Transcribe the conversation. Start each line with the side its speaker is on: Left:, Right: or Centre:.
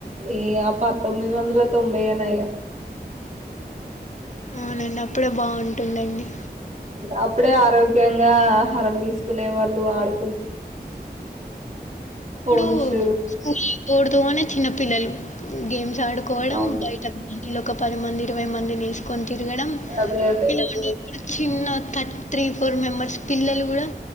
Right: ఏ ఆ పంతొమ్మిది వందల తొంభై ఏ నయమ్
Left: అవునండి అప్పుడే బాగుంటుంది అండి
Right: అప్పుడే ఆరోగ్యంగా ఆహారం తీసుకునే వాళ్ళు ఆడు ఫోన్స్
Left: ఇప్పుడు <unintelligible> పుడుతూనే చిన్న పిల్లలు గేమ్స్ ఆడుకోవడం
Right: అవును
Left: బయట ఇళ్ళొక పది మంది ఇరవై మందినిఏసుకొని తిరగడం
Right: అదే అదే
Left: <unintelligible> చిన్న థర్ త్రీ ఫోర్ మెంబర్స్ పిల్లలు కూడా